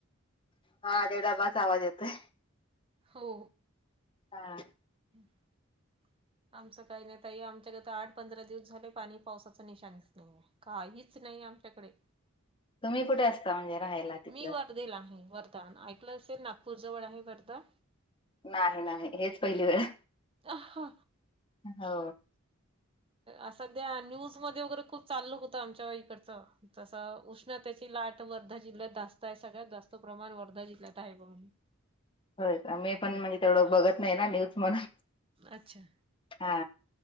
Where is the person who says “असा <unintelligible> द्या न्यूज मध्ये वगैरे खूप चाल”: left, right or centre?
Right